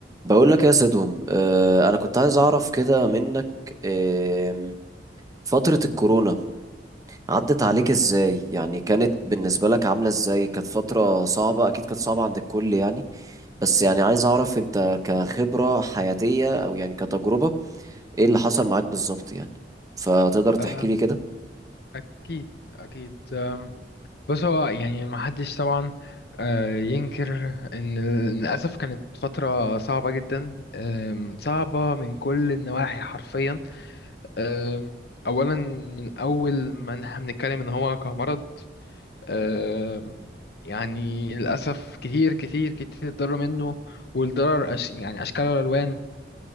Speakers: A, on the right; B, on the left.
A: بقول لك يا سيدهم آه انا كنت عايز اعرف كده منك آه فترة الكورونا عدت عليك ازاي يعني كانت بالنسبة لك عاملة ازاي كانت فترة صعبة اكيد كانت صعبة عند الكل يعني بس يعني عايز اعرف انت كخبرة حياتية او يعني كتجربة ايه اللي حصل معاك بالظبط يعني فتقدر تحكي
B: آه،
A: لي كده
B: أكيد أكيد آم، بص هو يعني ما حدش طبعا آه، ينكر إن للأسف كانت فترة صعبة جدا آم، صعبة من كل النواحي حرفيا آم، أولا من أول ما إن إحنا بنتكلم إن هو كمرض آم، يعني للأسف كتير كتير كتير اتضرر منه والضرر أش يعني أشكال وألوان